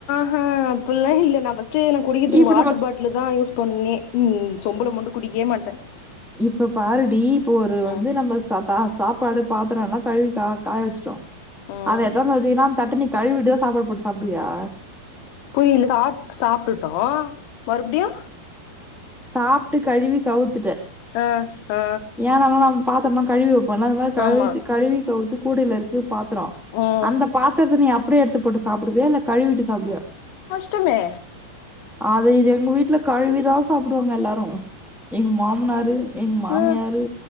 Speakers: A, on the left; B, in the centre.
A: ஹா அப்பில்லா இல்ல நா ஃபஸ்டு எனக் குடிக்கிறதுக்கு
B: இப்ப
A: வாட்டர்
B: நம்ம
A: பாட் டில தா யூஸ் பண்ணி ம் சொம்புள மொண்டு குடிக்கவே மாட்டே
B: இப்ப பாருடி இப்போ ஒரு வந்து
A: ம்
B: நம்ம ச தா சாப்பாடு பாத்தரோ எல்லா கழுவி கா காய வச்சுட்டோ
A: ம்
B: அத <unintelligible> தொவச்சீனா அந்த தட்ட நீ கழுவிட்டு தா சாப்பாடு போட்டு சாப்டுவியா
A: புரியல சா சாப்ட்டுட்டோ மறுபடியு
B: சாப்ட்டு கழுவி கவுத்
A: ஆ ஆ
B: ஏனாலா நம் பாத்தரம்னா கழுவி வப்போல அது மாரி கழுவிட்டு
A: ஆமா
B: கழுவி கவுத்து கூடைல இருக்கு பாத்ரோ
A: ம்
B: அந்த பாத்தரத்த நீ அப்டியே எடுத்துப்போட்டு சாப்டுவியா இல்ல கழுவிட்டு சாப்டுவியா
A: ட்டுமே
B: அத இது எங்க வீட்ல கழுவிதா சாப்டுவாங்க எல்லாரு எங்க மாமனாரு எங் மாமியாரு
A: ஆ